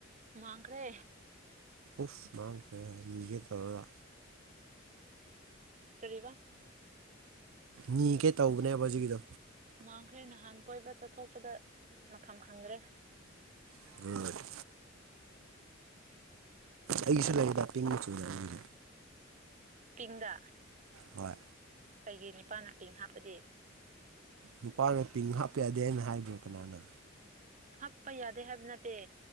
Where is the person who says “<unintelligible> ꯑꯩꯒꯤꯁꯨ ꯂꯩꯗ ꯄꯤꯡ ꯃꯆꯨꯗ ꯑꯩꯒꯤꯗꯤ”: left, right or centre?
Right